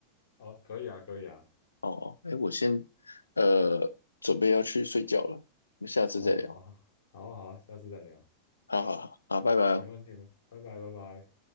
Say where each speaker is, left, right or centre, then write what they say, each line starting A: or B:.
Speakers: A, on the left; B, on the left.
A: 好，可以啊，可以啊，
B: 哦，哎，我先呃准备要去睡觉了，我们下次再聊。
A: 哦，好，好，好，好，下次再聊，
B: 好好好，好，拜拜哦。
A: 没问题，没，拜拜，拜拜。